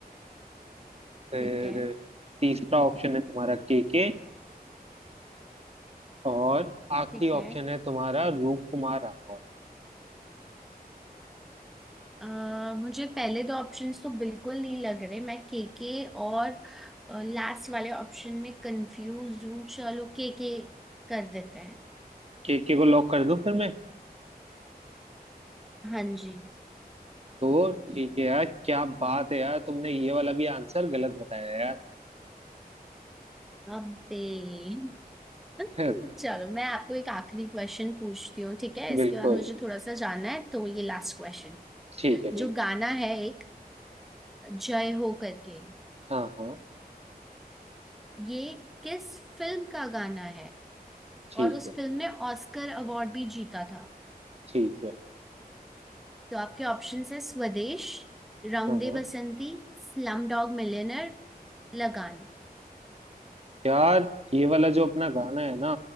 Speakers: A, on the right (about 40°); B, in the centre.
A: फिर
B: ठीक है
A: तीसरा ऑप्शन है तुम्हारा के के, और आखिरी
B: ठीक
A: ऑप्शन
B: है
A: है तुम्हारा रूप कुमार राठौर
B: आ, मुझे पहले दो ऑप्शंस तो बिल्कुल नहीं लग रहे मैं केके और लास्ट वाले ऑप्शन में कंफ्यूज हूँ चलो केके कर देते हैं
A: केके को लॉक कर दूं फिर मैं
B: हाँ जी
A: तो ठीक है यार क्या बात है यार तुमने ये वाला भी आंसर गलत बताया यार
B: अबे <laughs> हम्म,
A: <laughs>
B: चलो मैं आपको एक आखिरी क्वेश्चन पूछती हूँ ठीक है इसके
A: बिल्कुल
B: बाद मुझे थोड़ा सा जानना है तो ये लास्ट क्वेश्चन
A: ठीक है ठीक
B: जो गाना
A: है
B: है एक जय हो करके
A: हाँ हाँ
B: ये किस फिल्म का गाना है
A: ठीक
B: और उस
A: है
B: फिल्म ने ऑस्कर अवार्ड भी जीता था
A: ठीक है
B: तो आपके ऑप्शंस है Swades Rang
A: हाँ
B: De
A: हाँ
B: Basanti Slumdog Millionaire Lagaan
A: यार ये वाला जो अपना गाना है ना